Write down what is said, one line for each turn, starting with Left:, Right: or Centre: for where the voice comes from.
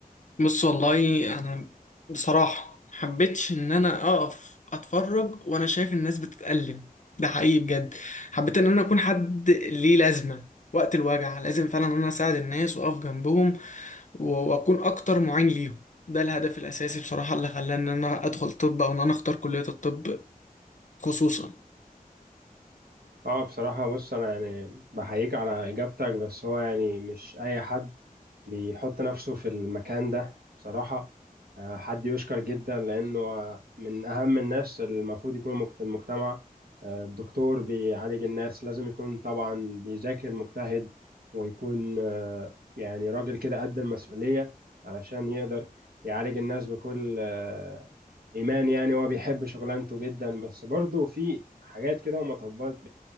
Left: بص والله انا بصراحه محبتش ان انا اقف اتفرج وانا شايف الناس بتتألم ده حقيقي بجد حبيت ان انا اكون حد ليه لازمه وقت الوجع لازم فعلا ان انا اساعد الناس واقف جنبهم و- واكون اكتر معين ليهم ده الهدف الاساسي بصراحه اللي خلاني ان انا ادخل طب او ان انا اختار كليه الطب خصوصا
Right: اه بصراحة بص أنا يعني بحييك على إجابتك بس هو يعني مش أي حد بيحط نفسه في المكان ده بصراحة آه، حد يشكر جدا لأنه آه، من أهم الناس اللي المفروض يكونوا مك- في المجتمع آه، الدكتور بيعالج الناس لازم يكون طبعا بيذاكر مجتهد ويكون آه، يعني راجل كده قد المسؤولية علشان يقدر يعالج الناس بكل آه، إيمان يعني هو بيحب شغلانته جدا بس برضه في حاجات كده ومطبات